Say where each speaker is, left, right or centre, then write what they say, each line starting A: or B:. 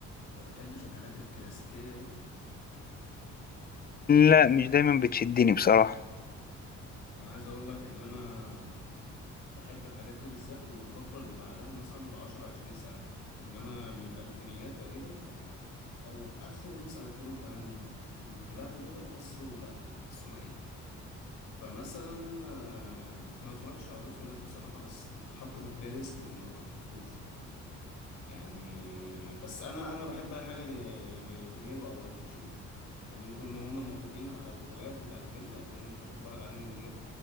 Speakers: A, on the left (about 75°); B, on the left (about 30°).
A: ما بتحبش الحاجات الكلاسيكيه دي
B: لا مش دايما بتشدني بصراحة
A: انا عايز اقول لك ان انا بحب الحاجات دي بالذات والفتره اللي بعدها مثلا ب 10 20 سنه انما من الالفينيات تقريبا او اخر مثلا 2008 اللي بعد كده بحسه لا بحسه ميت فمثلا آه، انا ما اتفرجتش على جود فيلز بصراحه بس كنت حاطه في البلاي ليست وما ما شفتوش يعني بس انا انا بحب اي حاجه ل- لدينيرو او الباتشينو يعني طول ما هم موجودين على الغلاف بتاع الفيلم هتلاقيني ممكن اتفرج عليه من غير